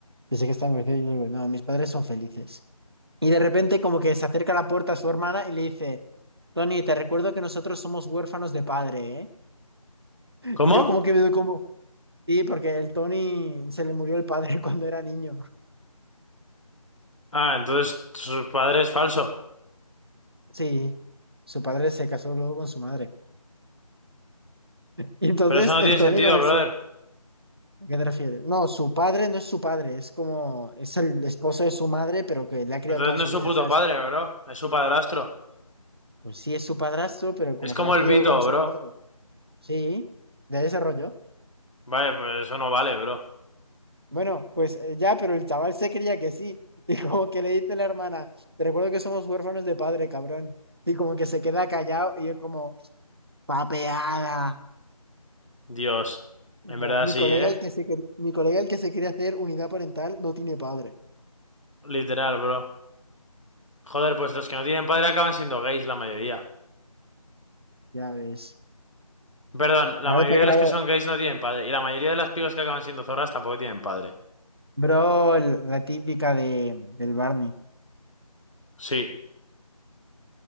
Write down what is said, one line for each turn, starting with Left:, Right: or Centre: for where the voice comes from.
Right: pensé que están divorciados. Y yo le digo, no, mis padres son felices. Y de repente como que se acerca a la puerta a su hermana y le dice, Tony, te recuerdo que nosotros somos huérfanos de padre, ¿eh?
Left: ¿Cómo?
Right: Y yo como que veo como, sí, porque el Tony se le murió el padre <laughs> cuando era niño.
Left: Ah, entonces su padre es falso.
Right: Sí, su padre se casó luego con su madre. Y entonces
Left: Pero eso no tiene
Right: el Tony
Left: sentido,
Right: como ese,
Left: brother.
Right: ¿a qué te refieres? No, su padre no es su padre, es como, es el esposo de su madre, pero que le ha criado
Left: Entonces
Right: toda
Left: no
Right: su
Left: es su
Right: vida,
Left: puto
Right: ¿sabes?
Left: padre, bro. Es su padrastro.
Right: Pues sí es su padrastro, pero como
Left: Es como
Right: que le ha criado
Left: el Vito,
Right: como su
Left: bro.
Right: padre. Sí, de ese rollo.
Left: Vale, pues eso no vale, bro.
Right: Bueno, pues eh, ya, pero el chaval se creía que sí. <laughs> Y como que le dice la hermana, te recuerdo que somos huérfanos de padre, cabrón. Y como que se queda callado y yo como, papeada.
Left: Dios.
Right: Y
Left: En
Right: como,
Left: verdad
Right: mi
Left: sí,
Right: colega
Left: ¿eh?
Right: el que se, quer- mi colega el que se quiere hacer unidad parental no tiene padre.
Left: Literal, bro. Joder, pues los que no tienen padre acaban siendo gays, la mayoría.
Right: Ya ves.
Left: Perdón, la
Right: Ahora
Left: mayoría
Right: te grabo.
Left: de los que son gays no tienen padre. Y la mayoría de las pibas que acaban siendo zorras tampoco tienen padre.
Right: Bro, el- la típica de, del Barney.
Left: Sí,